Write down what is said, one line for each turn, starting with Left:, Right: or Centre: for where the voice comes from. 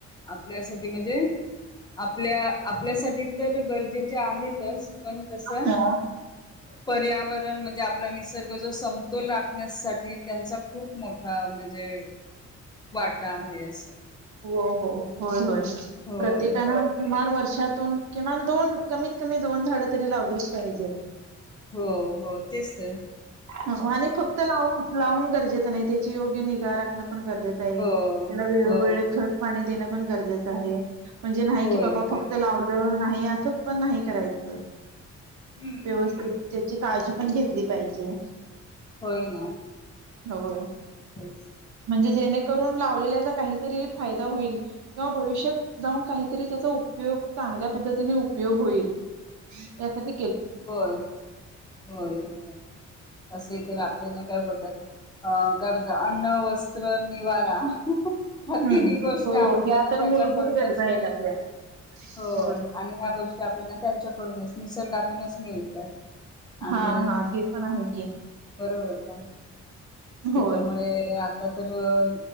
Left: आपल्यासाठी म्हणजे आपल्या आपल्यासाठी तर गरजेचे आहेतच पण तसं
Right: हा
Left: पर्यावरण म्हणजे आपला निसर्ग जो सं तोल राखण्यासाठी त्यांचा खूप मोठा म्हणजे वाटा आहे. असं
Right: हो हो होय होय
Left: होय
Right: प्रत्येका कीमान वर्षी तुनं किमान दोन कमीत कमी दोन झाड तरी लावलीच पाहिजेत.
Left: हो हो तेच तर
Right: हो आणि फक्त लावून लावून गरजेचं नाही त्याची योग्य निगा राख ण पण गरजेचं आहे.
Left: हो
Right: त्याला वेळोवेळी
Left: हो
Right: खत पाणी देणं पण गरजेचं आहे. म्हणजे नाही
Left: होय
Right: की बापा
Left: होय
Right: फक्त लावलं नाही. असं पण नाही करायचं.
Left: हम्म हम्म
Right: व्यवस्थित
Left: हम्म
Right: त्याची काळजी पण घेतली पाहिजे.
Left: होय ना.
Right: होयं.
Left: <inaudible>
Right: म्हणजे जेणेकरून लावलेल्याचा काहीतरी फायदा होईल किंवा भविष्यात जाऊन काहीतरी त्याचा उपयग योग चांगल्या पद्धतीने उपयोग होईल. या साठी
Left: होय होय होय. असे तर आपल्याला काय बोलतात अ काय बोलतात अन्न वस्त्र निवारा- ह्या
Right: हम्म
Left: तिन्ही गोष्टी
Right: हो
Left: आपल्याना
Right: हो ह्या तर
Left: त्याच्याकडूनच
Right: मूलभूत गरजा
Left: मिळता
Right: आहेत आपल्या.
Left: हो
Right: होय.
Left: आणि ह्या गोष्टी आपल्याला त्यांच्याकडूनच निसर्गातूनच मिळतात. आणि
Right: हा हा ते पण आहे की,
Left: बरोबर ना त्याच्यामुळे
Right: होय.
Left: आता तर अ